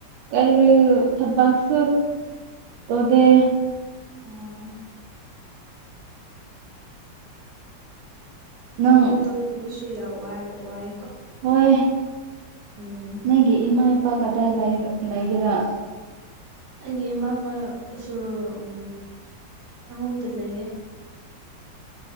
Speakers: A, on the right; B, on the right.
A: ꯀꯔꯤꯕꯨ ꯊꯄꯁꯨ ꯑꯗꯨꯗ
B: ꯑꯣꯣꯡ ꯊꯕꯛ
A: ꯅꯪ
B: ꯇꯧꯗꯕꯁꯨ ꯌꯥ ꯋꯥꯏ ꯋꯥꯏ
A: ꯍꯣꯏ
B: ꯎꯝ
A: ꯅꯪꯒꯤ ꯏꯃꯥꯏ ꯄꯥ ꯀꯗꯥꯏ ꯂꯩ ꯂꯩꯒꯦꯔꯥ
B: ꯑꯩꯒꯤ ꯏꯃꯥꯄꯥꯁꯨ ꯎꯝ ꯑꯉꯣꯝꯗ ꯂꯩꯌꯦ